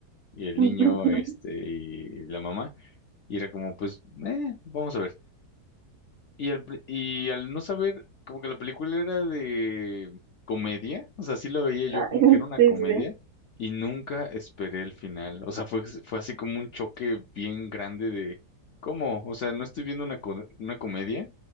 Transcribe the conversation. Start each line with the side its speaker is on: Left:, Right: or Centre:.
Left: y el
Right: <laughs>
Left: niño, este, y la mamá. Y era como, pues, eh, vamos a ver. Y al, pri- y al no saber, como que la película era de comedia, o sea, sí la veía yo
Right: Ay,
Left: como que era una
Right: Sí,
Left: comedia
Right: sí.
Left: y nunca esperé el final. O sea, fue, fue así como un choque bien grande de, ¿cómo? O sea, no estoy viendo una, co- una comedia